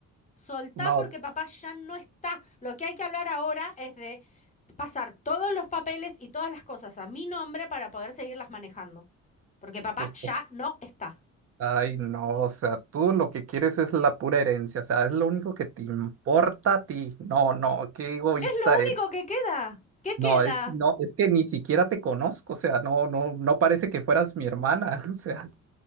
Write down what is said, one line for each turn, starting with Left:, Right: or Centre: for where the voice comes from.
Left: Soltá
Right: no,
Left: porque papá ya no está. Lo que hay que hablar ahora es de pasar todos los papeles y todas las cosas a mi nombre para poder seguirlas manejando. Porque papá
Right: tú-
Left: ya
Right: tú-
Left: no está.
Right: ay, no, o sea, tú lo que quieres es la pura herencia, o sea, es lo único que te importa a ti, no, no, qué egoísta
Left: Es lo único
Right: eres.
Left: que queda. ¿Qué queda?
Right: No, es, no, es que ni siquiera te conozco, o sea, no, no, no parece que fueras mi hermana, <laughs> o sea.